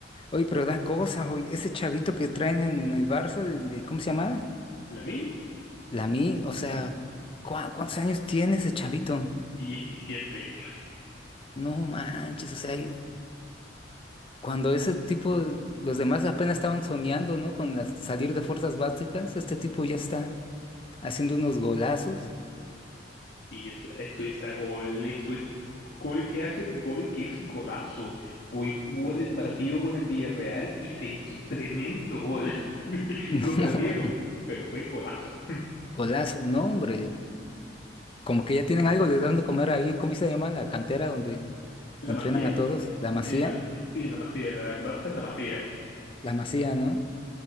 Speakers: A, on the left; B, on the left.
A: Oye, pero da cosas, oye, ese chavito que traen en el Barça, el- el- ¿cómo se llama?
B: Lamine,
A: Lamine, o sea, ¿cuá- ¿cuántos años tiene ese chavito?
B: 17.
A: No manches, o sea, y- cuando ese tipo, los demás apenas estaban soñando, ¿no? Con las- salir de fuerzas básicas, este tipo ya está haciendo unos golazos.
B: Y eso, eso es a gol, eso es gol que hace gol que es golazo. Hoy jugó en el partido con el Villarreal y se hizo tremendo gol. <laughs>
A: <laughs>
B: Lo perdieron,
A: No,
B: pero fue golazo. <laughs>
A: golazo, no, hombre, como que ya tienen algo, les dan de comer ahí, ¿cómo se llama? La cantera donde
B: La
A: entrenan
B: Masía.
A: a todos, la Masía,
B: En la, sí, en la Masía, era- el Barça es la Masía.
A: la Masía, ¿no?